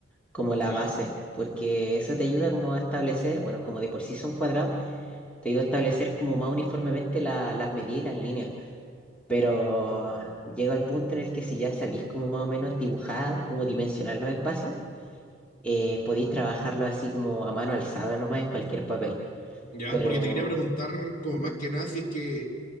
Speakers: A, in the centre; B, on the left.
A: como
B: Ya,
A: la base, porque eso te ayuda como a establecer, bueno, como de por sí son cuadrados te ayuda a establecer como más uniformemente la- las medidas y las líneas. Pero llega al punto en el que si ya sabéis como más o menos dibujar, como dimensionar los espacios, eh, podéis trabajarlos así como a mano alzada nomás en cualquier papel.
B: ya,
A: Pero...
B: porque te quería preguntar como
A: ¿Mm?
B: más que nada si es que,